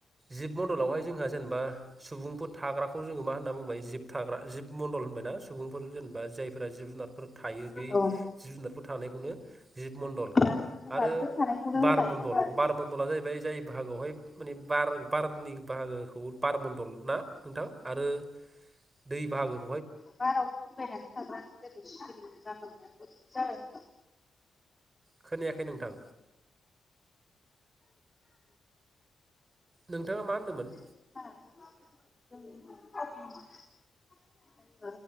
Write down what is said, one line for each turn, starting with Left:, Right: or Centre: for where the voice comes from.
Right: जिब मण्डलावहाय जोंहा जेनेबा सुबुंफोर थाग्राखौ जोंङो मा होनना बुंबाय जिब थाग्रा जिब मण्डल होनबायना सुबुंफोर जेनेबा जायफोरा जिब जुनारफोर थायो बै
Left: औ
Right: जिब जुनारफोर थानायखौनो जिब मणडल
Left: दा जेवारिफोर
Right: आरो
Left: थानायखौनो होननानै
Right: बार मण्डल
Left: बुङो आरोना
Right: बार मण्डला जाहैबाय जाय बाहागोआवहाय माने बार बारनि बाहागोखौ बारमण्डल ना नोंथां आरो दै बाहागो
Left: बाराव फबायनानै थाग्रा <unintelligible>
Right: खोनायाखै नोंथां नोंथाङा मा होन्दोंमोन
Left: <unintelligible>